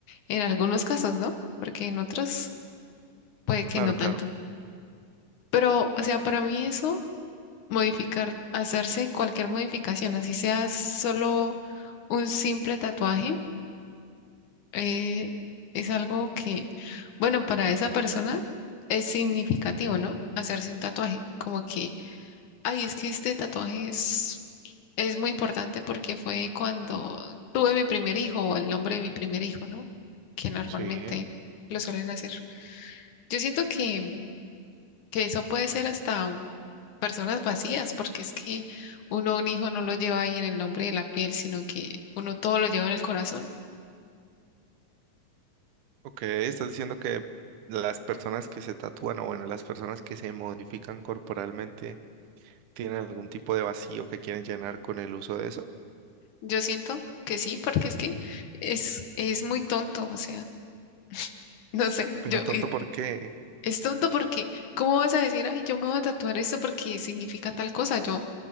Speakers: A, on the left; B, on the right.
A: En algunos casos, ¿no? Porque en otros puede que
B: Claro,
A: no tanto.
B: claro.
A: Pero, o sea, para mí eso, modificar, hacerse cualquier modificación, así sea solo un simple tatuaje, eh, es algo que, bueno, para esa persona es significativo, ¿no? Hacerse un tatuaje, como que Ay, es que este tatuaje es, es muy importante porque fue cuando tuve mi primer hijo o el nombre de mi primer hijo, ¿no? Que normalmente
B: Sí.
A: lo suelen hacer. Yo siento que, que eso puede ser hasta un- personas vacías, porque es que uno a un hijo no lo lleva ahí en el nombre de la piel, sino que uno todo lo lleva en el corazón.
B: Ok, estás diciendo que las personas que se tatúan o bueno, las personas que se modifican corporalmente tienen algún tipo de vacío que quieren llenar con el uso de eso.
A: Yo siento que sí, porque es que es, es muy tonto, o sea, <laughs> no sé,
B: Pero
A: yo,
B: tonto, ¿por qué?
A: Es tonto porque, ¿cómo vas a decir, ay, yo me voy a tatuar esto porque significa tal cosa? Yo,